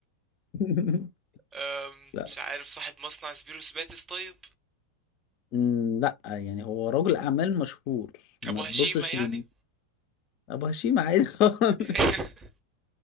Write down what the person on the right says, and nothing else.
أم،
مش عارف صاحب مصنع سبيروس باتس طيب
ابو
هشيمة يعني
<laughs>